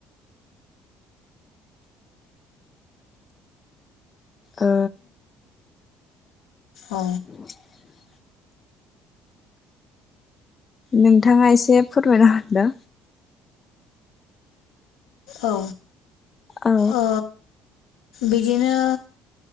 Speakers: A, on the left; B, on the left.
A: ओ
B: औ
A: <inaudible> नोंथाङा एसे फोरमायना हरदो।
B: औ
A: औ
B: ओ बिदिनो